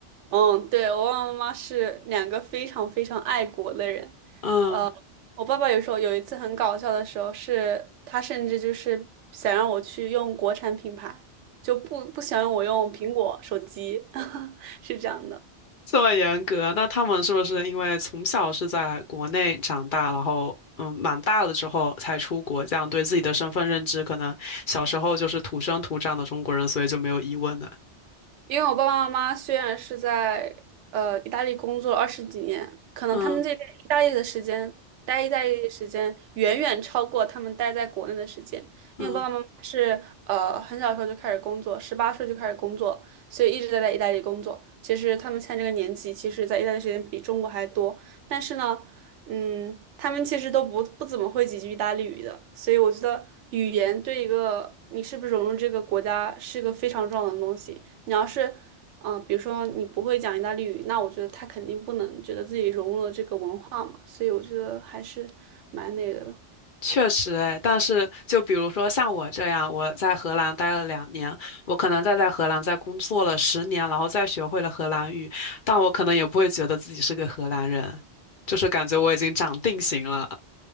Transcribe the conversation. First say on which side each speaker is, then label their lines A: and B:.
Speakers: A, on the right; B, on the left.
A: 嗯，对，我爸爸妈妈是两个非常非常爱国的人。
B: 嗯，
A: 呃，我爸爸有时候有一次很搞笑的时候是，他甚至就是想让我去用国产品牌，就不不想让我用苹果手机，<laughs> 是这样的。
B: 这么严格，那他们是不是因为从小是在国内长大，然后嗯，蛮大了之后才出国，这样对自己的身份认知，可能小时候就是土生土长的中国人，所以就没有疑问的。
A: 因为我爸爸妈妈虽然是在呃意大利工作了二十几年，可能他们这边意大利的时间，
B: 嗯
A: 待意大利的时间远远超过他们待在国内的时间。因为我爸爸妈妈是呃很小的时候就开始工作，
B: 嗯
A: 十八岁就开始工作，所以一直在在意大利工作。其实他们现在这个年纪，其实在意大利时间比中国还多，但是呢，嗯，他们其实都不不怎么会几句意大利语的，所以我觉得语言对一个你是不是融入这个国家是一个非常重要的东西。你要是，嗯、比如说你不会讲意大利语，那我觉得他肯定不能觉得自己融入了这个文化嘛，所以我觉得还是蛮那个的。
B: 确实哎，但是就比如说像我这样，我在荷兰待了两年，我可能再在荷兰再工作了十年，然后再学会了荷兰语，但我可能也不会觉得自己是个荷兰人，就是感觉我已经长定型了。